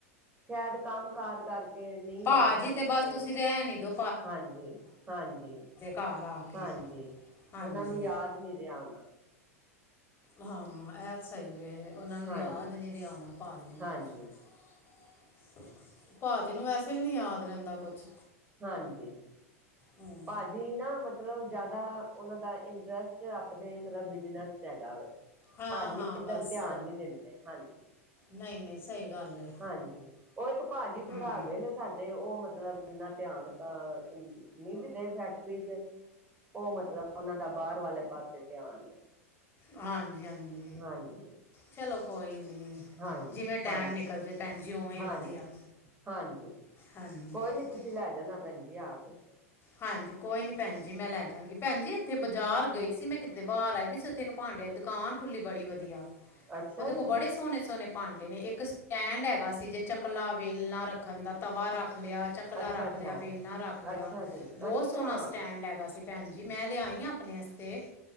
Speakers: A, on the right; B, on the left.
A: ਸ਼ਾਇਦ ਕੰਮ ਕਾਰ ਕਰਕੇ। ਕਿ ਨਹੀਂ
B: ਭਾਜੀ
A: ਯਾਦ ਰਹਿੰਦਾ
B: ਬਸ
A: ਤੇ।
B: ਤੁਸੀਂ ਰਹਿਣ ਹੀ ਦੋ।
A: ਹਾਂਜੀ ਹਾਂਜੀ
B: ਘਰ ਆ ਕੇ
A: ਹਾਂਜੀ।
B: ਹਾਂਜੀ
A: ਉਹਨਾਂ ਨੂੰ ਯਾਦ ਨੀ ਰਿਹਾ ਹੋਣਾ।
B: ਹਾਂ ਇਹ ਸਹੀ ਐ ਉਹਨਾਂ ਨੂੰ
A: ਹਾਂਜੀ
B: ਯਾਦ ਨਹੀਂ ਰਿਆ ਹੋਣਾ। ਭਾਜੀ ਨੂੰ
A: ਹਾਂਜੀ
B: ਕੁਛ ਭਾਜੀ ਨੂੰ ਵੈਸੇ ਵੀ ਨੀ ਯਾਦ ਰਹਿੰਦਾ ਕੁਛ।
A: ਹਾਂਜੀ।
B: ਹਾਂ।
A: ਭਾਜੀ ਨਾ, ਮਤਲਬ ਜਿਆਦਾ ਉਹਨਾਂ ਦਾ ਇੰਟਰਸਟ, ਆਪਣੇ ਮਤਲ, ਬਿਜਨਸ ਚ ਹੈਗਾ ਵ,
B: ਹਾਂ
A: ਭਾਜੀ,
B: ਹਾਂ
A: ਏਦਾਂ
B: ਬਸ
A: ਨੂੰ ਧਿਆਨ ਨੀ ਦਿੰਦੇ, ਹਾਂਜੀ।
B: ਨਹੀਂ, ਨਹੀਂ। ਸਹੀ ਗੱਲ ਹੈ
A: ਹਾਂਜੀ, ਉਹ ਇੱਕ ਭਾਜੀ ਥੋੜਾ
B: ਹਮ,
A: ਆ ਗਏ ਨੇ। ਸਾਡੇ ਉਹ ਮਤਲਬ, ਇੰਨਾ ਧਿਆਨ ਤਾ, ਨਹੀਂ ਦਿੰਦੇ ਫੈਕਟਰੀ ਚ। ਉਹ ਮਤਲਬ, ਉਹਨਾਂ ਦਾ, ਬਾਹਰ ਵਾਲੇ ਪਾਸੇ ਧਿਆਨ ਹੈ।
B: ਹਾਂਜੀ। ਹਾਂਜੀ।
A: ਹਾਂਜੀ।
B: ਚਲੋ ਕੋਈ ਨਹੀਂ,
A: ਹਾਂਜੀ
B: ਜਿਵੇਂ ਟਾਈਮ
A: ਹਾਂਜੀ
B: ਨਿਕਲ ਜੇ, ਭੈਣ ਜੀ ਉਵੇਂ
A: ਹਾਂਜੀ
B: ਵਧੀਆ।
A: ਹਾਂਜੀ,
B: ਹਾਂਜੀ
A: ਕੋਈ
B: ਹਾਂਜੀ
A: ਨੀ ਤੁਸੀਂ ਲੈ ਜਾਣਾ, ਭੈਣ ਜੀ ਆ ਕੇ।
B: ਹਾਂਜੀ, ਕੋਈ ਨੀ ਭੈਣ ਜੀ, ਮੈਂ ਲੈ ਜਾਂਗੀ ਭੈਣ ਜੀ, ਇੱਥੇ ਬਾਜ਼ਾਰ ਗਈ ਸੀ, ਮੈਂ ਕਿਤੇ ਬਾਹਰ ਆਈ ਦੀ ਸੀ ਉੱਥੇ। ਭਾਂਡੇਆ ਦੀ ਦੁਕਾਨ ਖੁੱਲੀ, ਬੜੀ ਵਧੀਆ।
A: ਅੱਛਾ
B: ਉਹਦੇ
A: ਜੀ
B: ਕੋਲ ਬੜੇ ਸੋਹਣੇ -ਸੋਹਣੇ ਭਾਂਡੇ ਨੇ, ਇੱਕ ਸਟੈਂਡ ਹੈਗਾ ਸੀ, ਜੇ ਚਕਲਾ ਵੇਲਣਾ ਰੱਖਣ ਦਾ। ਤਵਾ ਰੱਖ ਲਿਆ, ਚਕਲਾ
A: ਅੱਛਾ
B: ਰੱਖ
A: ਅੱਛਾ
B: ਲਿਆ, ਵੇਲਨਾ ਰੱਖ ਲਿਆ।
A: ਅੱਛਾ ਜੀ
B: ਬਹੁਤ
A: ਅੱਛਾ
B: ਸੋਹਣਾ ਸਟੈਂਡ ਹੈਗਾ ਸੀ, ਭੈਣ ਜੀ ਮੈਂ ਲਿਆਈ ਹਾਂ, ਆਪਣੇ ਵਸਤੇ,